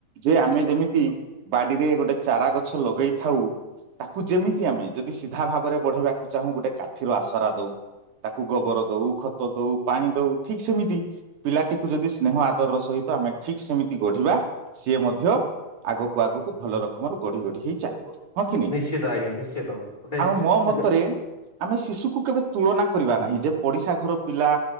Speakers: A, on the right (about 70°); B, on the left (about 15°).
A: ଯେ ଆମେ ଯେମିତି ବାଡିରେ ଗୋଟେ ଚାରା ଗଛ ଲଗେଇଥାଉ। ତାକୁ ଯେମିତି ଆମେ ଯଦି ସିଧା ଭାବରେ ବଢ଼େଇବାକୁ ଚାହୁଁ। ଗୋଟେ କାଠିର ଆସରା ଦଉ। ତାକୁ ଗୋବର ଦୋଉ ଖତ ଦୋଉ ପାଣି ଦୋଉ ଠିକ୍ ସେମିତି। ପିଲାଟିକୁ ଯଦି ସ୍ନେହ ଆଦରର ସହିତ ଆମେ ଠିକ୍ ସେମିତି ଗଢ଼ିବା। ସିଏ ମଧ୍ୟ ଆଗକୁ ଆଗକୁ ଭଲ ରକମର ଗଢ଼ି ଗଢ଼ି ହେଇ ଚାଲିବ। ହଁ କି ନାଇଁ?
B: ନିଶ୍ଚିତ ଆଜ୍ଞା ନିଶ୍ଚିତ ଗୋଟେ
A: ଆଉ ମୋ ମତରେ
B: ସେତେ
A: ଆମେ ଶିଶୁକୁ କେବେ ତୁଳନା କରିବା ନାହିଁ। ଯେ ପଡି଼ଶା ଘର ପିଲା